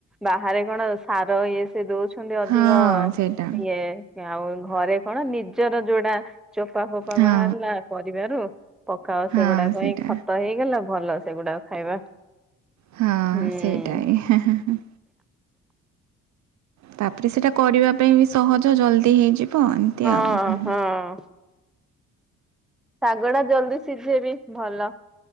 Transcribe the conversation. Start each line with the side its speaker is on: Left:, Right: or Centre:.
Centre: ବାହାରେ କଣ ସାର ଇଏ ସେ ଦଉଛନ୍ତି ଅଧିକ
Right: ହଁ ସେଇଟା
Centre: ଇଏ ଆଉ ଘରେ କଣ ନିଜର ଯୋଉଟା ଚୋପା ଫୋପା
Right: ହଁ
Centre: ବାହାରିଲା ପରିବାରୁ ପକା ଓ
Right: ହଁ
Centre: ସେଗୁଡାକଇ
Right: ସେଇଟା
Centre: ଖତ ହେଇଗଲା। ଭଲ ସେଗୁଡାକ ଖାଇବା।
Right: ହଁ
Centre: ହୁଁ
Right: ସେଇଟା ହି। ତାପରେ ସେଇଟା କରିବା ପାଇଁ ବି ସହଜ ଜଲ୍ଦି ହେଇଯିବ ଏମିତି
Centre: ହଁ
Right: ଆଉ।
Centre: ହଁ। ଶାଗ ଟା ଜଲ୍ଦି ସିଝେବି ଭଲ।